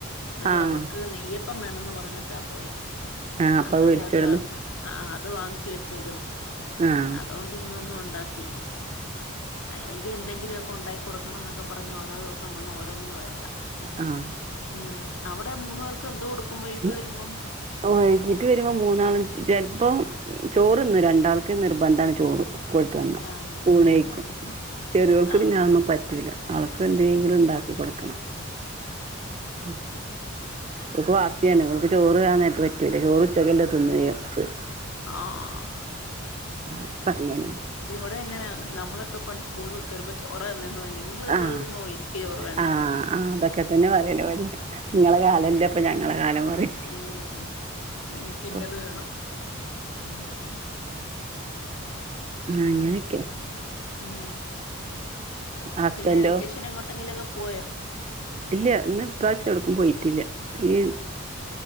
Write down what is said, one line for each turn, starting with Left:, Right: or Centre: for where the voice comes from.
Left: അന്നേരം
Right: ആഹ്
Left: അവൾക്ക് നെയ്യപ്പം പ്പം വേണന്ന് പറഞ്ഞിട്ടാ പോയേ
Right: ആഹ് അപ്പൊ
Left: അന്നേരം
Right: വേടിച്ചോട്ന്ന്
Left: അത് ആ അത് വാങ്ങിച്ചു വെച്ചേക്ക്ന്നു
Right: ആഹ്
Left: അതുകൊണ്ട് ഇന്നൊന്നും ഒണ്ടാ ഒണ്ടാക്കീല്ല അല്ലെങ്കിൽ എന്തെങ്കിലൊക്കെ ഉണ്ടാക്കി കൊടുക്കണം എന്നൊക്കെ പറഞ്ഞ് ഓരോ ദിവസം വന്ന് ഓ ന്നിനും വഴക്കാ
Right: ആഹ്
Left: ഉം അവടെ മൂന്ന് പേർക്കും എന്തോ കൊടുക്കും വൈകിട്ട്
Right: ഉം
Left: വരുമ്പം
Right: വൈകീട്ട് വരുമ്പോ മൂന്നാളും ചെലപ്പം ചോറ്ന്നും രണ്ടാൾക്ക് നിർബന്ധാണ് ചോറ് സ്കൂള്ട്ട് വന്നാൽ
Left: ആഹ്
Right: ഊണഴിയ്ക്കും
Left: ഉം
Right: ചെറ്യോൾക്ക്
Left: ആഹ്
Right: പിന്നെ
Left: അപ്പൊ
Right: അതൊന്നും പറ്റൂല ആവൾക്ക് എന്തെങ്കിലും
Left: ഉം
Right: ഇണ്ടാക്കി കൊടുക്കണം ഉം ഓൾക്ക് വാശിയാണ്ഓക്ക് ചോറ് ആ നേരത്ത് പറ്റൂല ചോറ് ഉച്ചക്ക്ല്ലേ
Left: ഉം
Right: തിന്നേ യ്യ ങി
Left: ആഹ്
Right: അപ്പങ്ങനെ
Left: ഇവടെ അങ്ങനാ നമ്മളൊക്കെ പണ്ട് സ്കൂൾ വിട്ട് വരുമ്പോ ചോറാ തിന്നേന്ന് നിങ്ങള് ചോറ്
Right: ആഹ്
Left: തിന്നോ എനിക്ക് ചോറ് വേണ്ട
Right: ആ അതൊക്കെ തന്നെ പറയല് ഓല് ഇങ്ങള
Left: ഉം
Right: കാലല്ലപ്പ ഞ ഞങ്ങള കാലം പറയും
Left: ഉം ഞങ്ങക്ക്
Right: ഇപ്പൊ
Left: ഇന്നത് വേണം ഉം
Right: അങ്ങനെക്കെയാ
Left: ഉം
Right: ഹസ്ബന്റോ
Left: പിന്നെ വെക്കേഷൻ എങ്ങോട്ടെങ്കിലൊക്കെ പോയോ
Right: ഇല്ല ഇന്നിപ്രാവശ്യം എവ്ടുക്കും പോയിട്ടില്ല ഈ